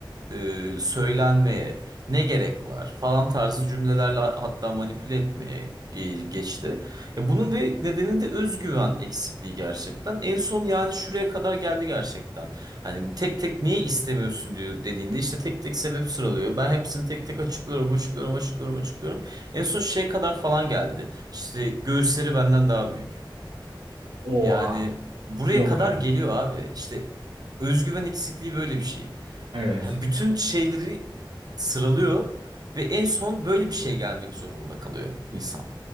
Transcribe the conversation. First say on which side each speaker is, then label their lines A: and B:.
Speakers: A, on the right; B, on the right.
A: e, söylenmeye, ne gerek var falan tarzı cümlelerle hatta manipüle etmeye ge- geçti. E, bunun ve nedeni de özgüven eksikliği gerçekten. En son yani şuraya kadar geldi gerçekten. Hani tek tek niye istemiyorsun diyor dediğinde işte tek tek sebep sıralıyor. Ben hepsini tek tek açıklıyorum, açıklıyorum, açıklıyorum, açıklıyorum. En son şeye kadar falan geldi. İşte göğüsleri benden daha büyük.
B: Oha.
A: Yani buraya
B: Yok
A: kadar
B: artık.
A: geliyor abi. İşte özgüven eksikliği böyle bir şey.
B: Evet.
A: Ha, bütün şeyleri sıralıyor ve en son böyle bir şeye gelmek zorunda kalıyor insan.